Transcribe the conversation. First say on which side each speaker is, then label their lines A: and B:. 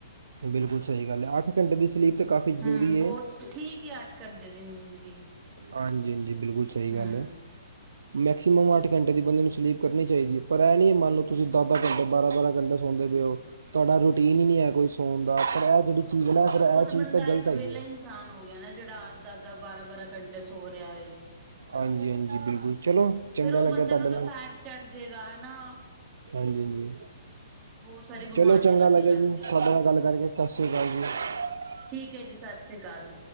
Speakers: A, on the right; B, on the right.
A: ਬਿਲਕੁਲ ਸਹੀ ਗੱਲ ਐ। ਅੱਠ ਘੰਟੇ ਦੀ ਸਲੀਪ ਤਾਂ ਕਾਫ਼ੀ ਜ਼ਰੂਰੀ
B: ਹਮ ਬਹੁਤ
A: ਏ।
B: ਠੀਕ ਆਂ, ਅੱਠ ਘੰਟੇ ਦੀ ਨੀਂਦ ਵੀ।
A: ਹਾਂਜੀ-ਹਾਂਜੀ, ਬਿਲਕੁਲ ਸਹੀ
B: ਹਮ
A: ਗੱਲ ਏ। ਮੈਕਸੀਮੰਮ ਅੱਠ ਘੰਟੇ ਦੀ ਬੰਦੇ ਨੂੰ ਸਲੀਪ ਕਰਨੀ ਚਾਹੀਦੀ ਹੈ। ਪਰ ਇਹ ਨਹੀਂ ਐ, ਮੰਨ ਲਓ ਤੁਸੀਂ ਦਸ-ਦਸ ਘੰਟੇ, ਬਾਰਾਂ-ਬਾਰਾਂ ਘੰਟੇ ਸੌਂਦੇ ਪਏ ਓ। ਤੁਹਾਡਾ ਰੁ ਰੁਟੀਨ ਹੀ ਨੀ ਐ ਕੋਈ ਸੌਣ ਦਾ। ਪਰ ਐ, ਜਿਹੜੀ ਚੀਜ਼ ਹੈ ਨਾ ਫਿਰ ਐ
B: ਉਹ
A: ਚੀਜ਼
B: ਬੰਦਾ
A: ਤਾਂ ਗਲਤ
B: ਇੱਕ
A: ਹੈਗੀ
B: ਵੇਲਾ
A: ਏ।
B: ਇਨਸਾਨ ਹੋ ਗਿਆ ਨਾ, ਜਿਹੜਾਅੱਠ -ਦੱਸ, ਬਾਰਾਂ- ਬਾਰਾਂ ਘੰਟੇ ਸੋਂ ਰਿਹਾ ਏ।
A: ਹਾਂਜੀ-ਹਾਂਜੀ, ਬਿਲਕੁਲ। ਚਲੋ ਚੰਗਾ
B: ਫਿਰ ਓ
A: ਲੱਗਿਆ
B: ਬੰਦੇ
A: ਤੁਹਾਡੇ
B: ਨੂੰ ਤੇ ਫੈਟ ਚੜ੍ਹ ਜੇਗਾ ਹੈਨਾ।
A: ਹਾਂਜੀ-ਹਾਂਜੀ।
B: ਸਾਰੀ ਬਿਮਾਰੀਆਂ
A: ਚਲੋ, ਚੰਗਾ
B: ਲੱਗਣ
A: ਲੱਗਿਆ
B: ਲੱਗ
A: ਜੀ,
B: ਜੇਗੀਆਂ
A: ਤੁਹਾਡੇ ਨਾਲ ਗੱਲ ਕਰਕੇ। ਸਤਿ ਸ਼੍ਰੀ ਅਕਾਲ ਜੀ।' ' <inaudible>
B: ਠੀਕ ਹੈ ਜੀ, ਸਤਿ ਸ਼੍ਰੀ ਅਕਾਲ।